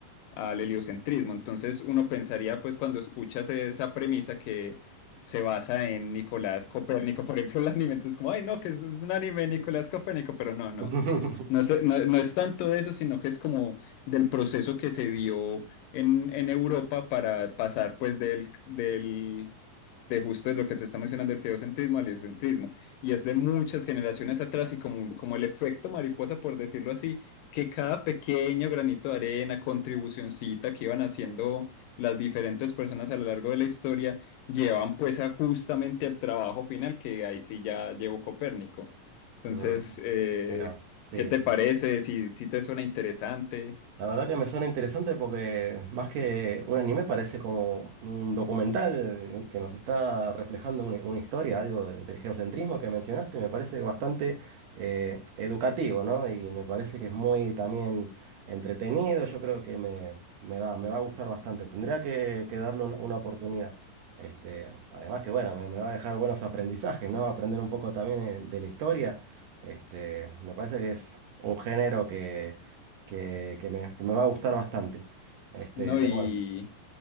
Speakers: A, on the left; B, on the right.
A: al heliocentrismo. Entonces uno pensaría, pues cuando escuchas esa premisa que se basa en Nicolás Copérnico, por ejemplo, el anime, entonces como, ay, no, que es, es un anime de Nicolás Copérnico, pero no, no.
B: <laughs>
A: No sé, no, no es tanto de eso, sino que es como del proceso que se dio en, en Europa para pasar pues del, del de justo de lo que te está mencionando, el geocentrismo, al heliocentrismo, y es de muchas generaciones atrás y como, como el efecto mariposa, por decirlo así, que cada pequeño granito de arena, contribucioncita que iban haciendo las diferentes personas a lo largo de la historia, llevan pues a justamente al trabajo final, que ahí sí ya llevó Copérnico. Entonces,
B: Ah,
A: eh,
B: Mira, sí,
A: ¿qué te
B: sí.
A: parece? Si, si te suena interesante.
B: La verdad que me suena interesante porque más que un anime parece como un documental que nos está reflejando una, una historia, algo de- del geocentrismo que mencionaste, me parece bastante eh, educativo, ¿no? Y me parece que es muy también entretenido, yo creo que me, me va, me va a gustar bastante, tendría que, que darle una, una oportunidad. Este, además que bueno, me, me va a dejar buenos aprendizajes, ¿no? Aprender un poco también eh, de la historia. Este, me parece que es un género que que, que me, que me va a gustar bastante. Este,
A: No,
B: pero
A: y,
B: bueno.